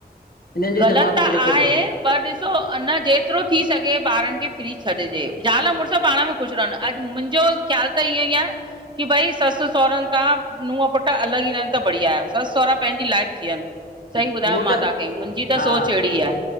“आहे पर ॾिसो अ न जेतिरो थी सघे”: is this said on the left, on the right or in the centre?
Right